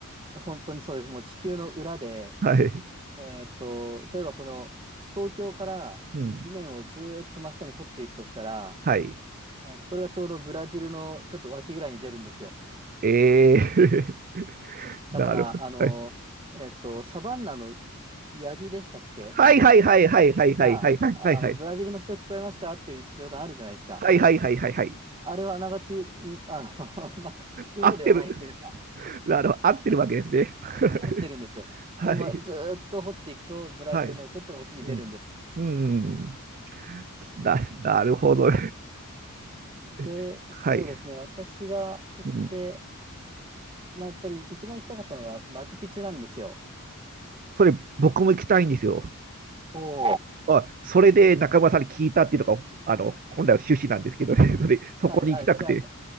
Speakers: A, on the right; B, on the right.
A: 本当にそうです。もう地球の裏で、
B: <laughs> はい。
A: えーっと、例えばこの東京から地面をずーっと真下に掘っていくとしたら、
B: うん。はい。
A: えーっと、これがちょうどブラジルのちょっと脇ぐらいに出るんですよ。
B: ええ <laughs>
A: だから、
B: なるほど。
A: あの、
B: はい。
A: えーっと、サバンナのヤギでしたっけ
B: はいはいはいはいはいはいはいはいはいはい。
A: が、あの、ブラジルの人聞こえますかっていう冗談あるじゃないですか。
B: はいはいはいはいはい。
A: あれはあながち、うんあの、<laughs> まあ、嘘ではないというか、
B: 合ってる。なるほど。合ってるわけですね。
A: 合ってるんですよ。
B: <laughs> はい。
A: ここ、ま、ずーっと掘っていくと、ブラジルのちょっと脇に出るんです。
B: はい。うん。うん。な、なるほど。<laughs>
A: で、そうですね、
B: はい。
A: 私が行って、
B: うん。
A: まあ、やっぱり一番行きたかったのがマチュピチュなんですよ。
B: それ、僕も行きたいんですよ。
A: おお。
B: あ、それで中村さんに聞いたっていうのが、あの、本来の趣旨なんですけどね。<laughs> それ、そこに行きたくて。
A: はい、あ、じゃあ、マ